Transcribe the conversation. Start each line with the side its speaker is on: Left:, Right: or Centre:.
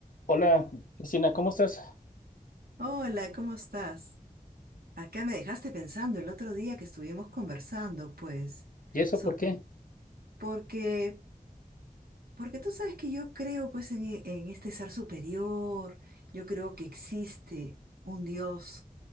Left: Hola, Cristina, ¿cómo estás?
Right: Hola, ¿cómo estás? Acá me dejaste pensando el otro día que estuvimos conversando, pues,
Left: ¿Y eso
Right: sobre,
Left: por qué?
Right: porque, porque tú sabes que yo creo, pues, en, e- en este ser superior, yo creo que existe un Dios